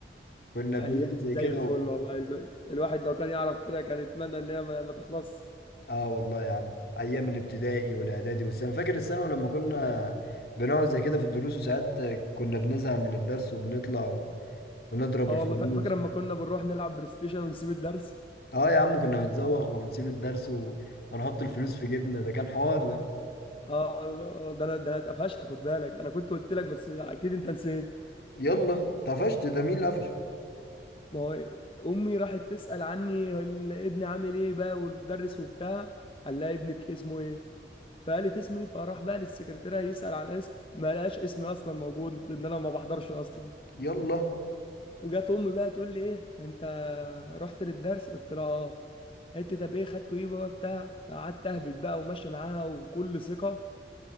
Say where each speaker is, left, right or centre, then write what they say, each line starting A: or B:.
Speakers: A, on the left; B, on the left.
A: بنيجي
B: ايام
A: زي
B: زي
A: كده
B: الفل والله ال- الواحد لو كان يعرف كده كان يتمنى ان هي ما ما تخلص
A: اه والله يا عم ايام الابتدائي والاعدادي والسنه فاكر الثانوي لما كنا بنقعد زي كده في الدروس وساعات كنا بنزهق من الدرس وبنطلع و... ونضرب
B: اه
A: الفلوس
B: والله فا- فاكر لما كنا بنروح نلعب بلاي ستيشن ونسيب الدرس
A: اه يا عم كنا بنزوغ ونسيب الدرس و... ونحط الفلوس في جيبنا ده كان حوار ده
B: اه ده انا ده انا اتقفشت خد بالك انا كنت قلت لك بس اكيد انت نسيت
A: يلا طفشت ده مين اللي قفش
B: ما هو امي راحت تسأل عني ال- ابني عامل ايه بقى والمدرس وبتاع قال لها ابنك اسمه ايه فقالت اسمي فراح بقى للسكرتيرة يسأل على الاسم ما لقاش اسمي اصلا موجود ان انا ما بحضرش اصلا
A: يلا
B: وجات امي بقى تقول لي ايه انت رحت للدرس قلت لها اه قالت لي طب ايه خدته ايه بقى بتاع فقعدت اهبط بقى وماشي معاها وكل ثقة